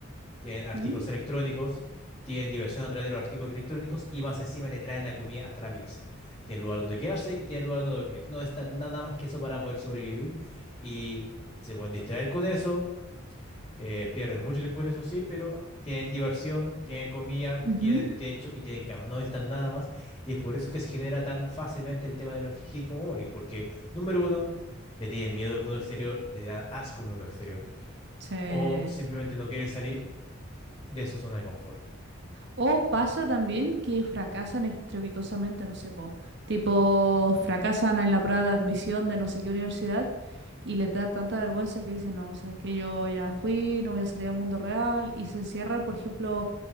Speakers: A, on the left; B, on the right.
A: tienen artículos
B: ujú,
A: electrónicos, tienen diversión a través de los artículos electrónicos y más encima le traen la comida hasta la pieza. Tienen lugar donde quedarse y tienen lugar donde dormir. No está nada más que eso para poder sobrevivir y se pueden distraer con eso. eh, pierden mucho tiempo con eso, sí, pero tienen diversión, tienen comida,
B: ujú.
A: tienen techo y tienen cama. No necesitan nada más. Y es por eso que se genera tan fácilmente el tema de los hikikomori. Porque, número uno, le tienen miedo al mundo exterior, le dan asco al mundo exterior.
B: Sí.
A: O simplemente no quieren salir de su zona de confort.
B: O pasa también que fracasan estrepitosamente, no sé, po, tipo fracasan en la prueba de admisión de no sé qué universidad y les da tanta vergüenza que dicen, no, sabes que yo ya fui, no voy a salir al mundo real y se encierran, por ejemplo,